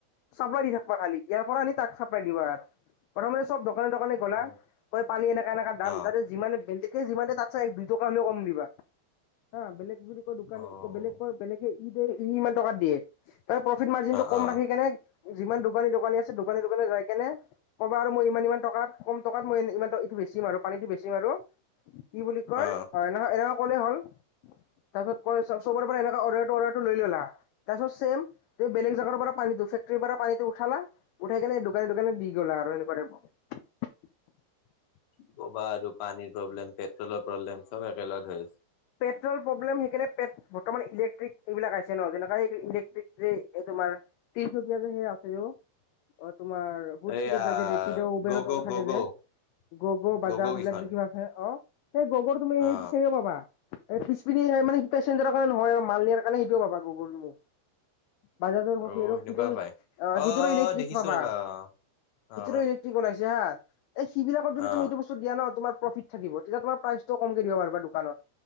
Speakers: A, on the left (about 80°); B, on the left (about 65°).
A: চাপ্লাই দি থাকিবা খালি। ইয়াৰ পৰা আনি তাক চাপ্লাই দিবা আৰু। প্ৰথমে সব দোকানে দোকানে
B: অ
A: গ'লা, কৈ পানী এনেকা এনেকা দাম
B: অ
A: তাতে যিমান এহ যিমানে, তাতচাই দুই টকা হ'লেও কম দিবা, হা। বেলেগ যদি কয়, দোকান
B: অ
A: বেলেগ কয় বেলেগেই। - ই ইমান টকাত দিয়ে, তাৰে প্ৰ'ফিট মাৰ্জিনটো
B: অ
A: কম ৰাখি কেনে যিমান দোকানী-দোকানী আছে দোকানে দোকানে যাই কেনে ক'বা আৰু, মই ইমান-ইমান টকাত, কম টকাত মই ইমান বেছি মাৰোঁ আৰু পানীটো বেছি মাৰোঁ। কি বুলি কয়,
B: অ
A: হয় নহ এনেকুৱা ক'লে হ'ল তাৰপিছত কৈ সবৰে পৰা এনেকা অৰ্ডাৰটো-অৰ্ডাৰটো লৈ ল'লা, তাৰপাছত ছেম, বেলেগ জাগাৰ পৰা পানী দু ফেক্টৰীৰপৰা পানীটো উঠালা, উঠাই কেনে এই দোকানে দোকানে দি গ'লা আৰু সেনেকুৱা টাইপৰ। <inaudible>
B: কি ক'বা আৰু পানীৰ প্ৰব্লেম, পেট্ৰ'লৰ প্ৰব্লেম চব একেলগে হৈছে।
A: ট্ৰল প্ৰব্লেম, সেইকাৰণে পেট বৰ্তমান ইলেক্ট্ৰিক এইবিলাক আহিছে ন', যেনেকুৱা ইলেকট্ৰিক যে তোমাৰ তিচকিয়া যে সেই আছে যে অ তোমাৰ বহুত
B: এইয়া
A: স্পীডত যায় যে ৰেপি'ড, উবেৰত
B: গ' গ'
A: থাকে
B: গ' গ'
A: যে। গ'গ, বাজাজ,
B: গ' গ'
A: এইবিলাক
B: কেইখন
A: যে কিবা আছে অ'। সেই গ'গৰ তুমি সেই-সেইয়ো
B: অ
A: পাবা। এই পিছপিনে মানে পেচেঞ্জাৰৰ কাৰণে নহয়, মাল নিয়াৰ কাৰণে সেইটোও পাবা গ'গৰ তুমি। বাজাজ'ৰ
B: আৰু
A: বা ফিৰ'ৰ
B: সেনেকুৱা
A: ফিৰ'
B: পাই
A: আ, ফিজৰ'ৰ
B: অ
A: ইলেক্ট্ৰিক
B: দেখিছো
A: পাবা।
B: ৰবা অ অ
A: এইটোৰো ইলেকট্ৰিক বনাইছে হা। এই সিবিলাকৰ দৰে
B: অ
A: তুমি এইটো বস্তু দিয়া ন', তোমাৰ প্ৰ'ফিট থাকিব। তেতিয়া তোমাৰ প্ৰাইচটোও কমকে দিব পাৰিবা দোকানত